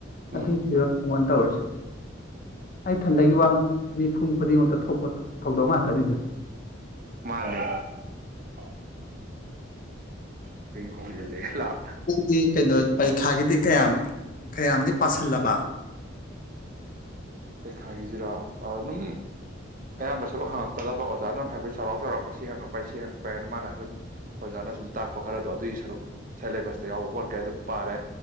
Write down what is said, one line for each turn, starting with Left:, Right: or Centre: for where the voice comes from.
Right: ꯎꯝ
Left: ꯑꯗꯨꯒꯤꯔ ꯀꯃꯟ ꯇ ꯑꯣꯏꯔꯁꯤ ꯑꯩꯊꯟꯗꯒꯤ ꯋꯥꯠꯅꯠꯇ ꯃꯤꯄꯨꯝ ꯈꯨꯗꯤꯡꯃꯛꯇ ꯊꯣꯛꯄꯣ ꯊꯧꯗꯣꯛ ꯉꯥꯛꯇ ꯑꯗꯨꯗ
Right: ꯃꯥꯅꯦ <inaudible> ꯑꯩꯈꯣꯏꯒꯤ ꯍꯣꯡꯖꯤꯜꯂꯛꯑꯦ ꯂꯥꯞꯅ
Left: ꯗꯤ ꯀꯩꯅꯣ ꯄꯔꯤꯈꯥꯒꯤꯗꯤ ꯀꯌꯥꯝ ꯀꯌꯥꯝꯗꯤ ꯄꯥꯥꯁꯜꯂꯕ
Right: ꯄꯩꯈꯥꯒꯤꯁꯤꯔꯥ ꯑꯗꯨꯝ ꯑꯌꯥꯝꯕ ꯁꯔꯨꯛ ꯍꯪꯉꯛꯀꯗꯕ ꯑꯣꯖꯥꯅ ꯍꯥꯏꯐꯦꯠ ꯆꯥꯎꯔꯥꯛ ꯆꯥꯎꯔꯛꯄ ꯁꯤ ꯍꯪꯉꯛꯄ ꯍꯥꯏ ꯁꯤ ꯍꯪꯉꯛꯄ ꯍꯥꯏꯅ ꯃꯥꯅ ꯁꯨꯝ ꯑꯣꯖꯥꯅ ꯁꯨꯝ ꯇꯥꯛꯄ ꯈꯔꯗꯣ ꯑꯗꯨꯒꯤ ꯁꯔꯨꯛ ꯁꯦꯂꯦꯕꯁꯇ ꯌꯥꯎꯕ ꯄꯣꯠ ꯀꯩ ꯑꯗꯨꯝ ꯄꯥꯔꯦ